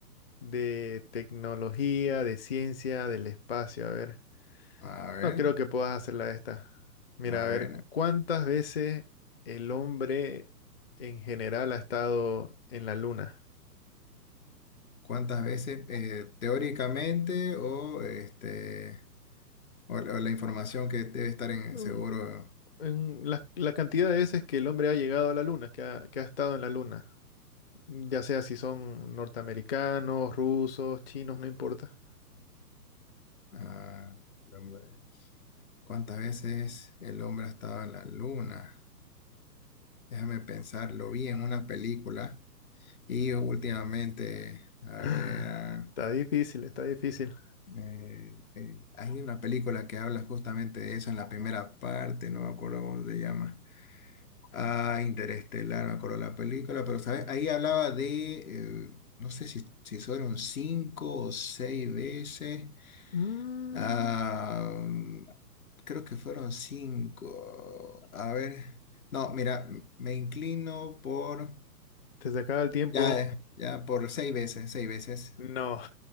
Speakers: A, on the left; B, on the left.
A: de tecnología, de ciencia, del espacio, a ver.
B: A ver,
A: No creo que puedas hacerla de esta. Mira,
B: a
A: a ver,
B: ver,
A: ¿cuántas veces el hombre en general ha estado en la luna?
B: ¿cuántas veces eh, teóricamente o este o, o la información que debe estar en
A: Mm,
B: seguro
A: en la, la cantidad de veces que el hombre ha llegado a la luna, que ha, que ha estado en la luna, ya sea si son norteamericanos, rusos, chinos, no importa.
B: ah, el hombre, ¿cuántas veces el hombre ha estado en la luna? Déjame pensar, lo vi en una película y últimamente,
A: <laughs>
B: a ver. ah,
A: Está difícil, está difícil.
B: Eh, eh, hay una película que habla justamente de eso en la primera parte, no me acuerdo cómo se llama. Ah, Interestelar, me acuerdo la película, pero ¿sabes? Ahí hablaba de, eh, no sé si, si fueron cinco o seis veces.
A: Mm,
B: Ah, mm, creo que fueron cinco. A ver, no, mira, m- me inclino por,
A: ¿te se acaba el tiempo?
B: ya, ya, por seis veces, seis veces.
A: No.